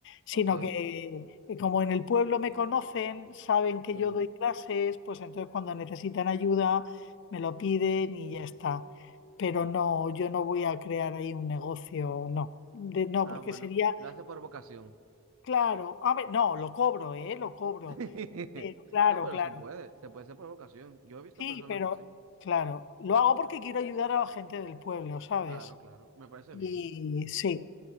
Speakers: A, on the left; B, on the right.
A: sino
B: Ok,
A: que eh, como en el pueblo me conocen, saben que
B: sí.
A: yo doy clases, pues entonces cuando necesitan ayuda me lo piden y ya está. Pero no, yo no voy a crear ahí un negocio, no, De- no,
B: Ah,
A: porque
B: bueno,
A: sería,
B: lo hace por vocación.
A: claro, a ver, no, lo cobro, ¿eh? Lo cobro,
B: <laughs>
A: pero claro,
B: No, pero
A: claro.
B: se puede, se puede hacer por vocación. Yo he visto
A: Sí,
B: personas
A: pero
B: así.
A: claro, lo hago porque quiero ayudar a la gente del pueblo, ¿sabes?
B: Claro, claro, me parece
A: Y
B: bien.
A: sí.